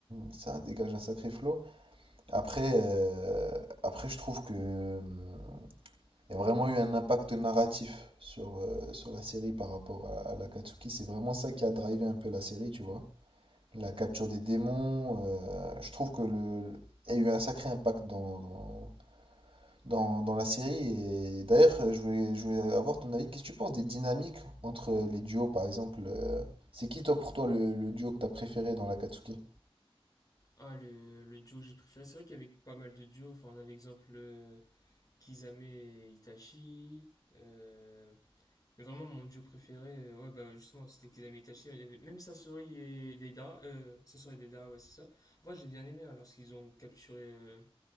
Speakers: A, on the right; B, on the left.
A: ça dégage un sacré flot. Après, euh, après, je trouve que hum, il y a vraiment eu un impact narratif sur, euh, sur la série par rapport à, à l'Akatsuki. C'est vraiment ça qui a drivé un peu la série, tu vois. la capture des démons. euh, je trouve que le, le- il y a eu un sacré impact dans, dans, dans- dans la série. Et d'ailleurs, euh, je voulais, je voulais avoir ton avis. Qu'est-ce que tu penses des dynamiques entre les duos, par exemple? euh, c'est qui, toi, pour toi, le, le duo que t'as préféré dans l'Akatsuki?
B: Ah, le, le duo que j'ai préféré. C'est vrai qu'il y avait pas mal de duos. Enfin, on avait exemple euh, Kizame et Itachi. euh, Mais vraiment, mon duo préféré, euh, ouais, bah justement, c'était Kisame et Itachi. Il y avait même Sasori et Deidara. Euh, Sasori et Deidara, ouais, c'est ça. Moi, j'ai bien aimé hein, lorsqu'ils ont capturé euh,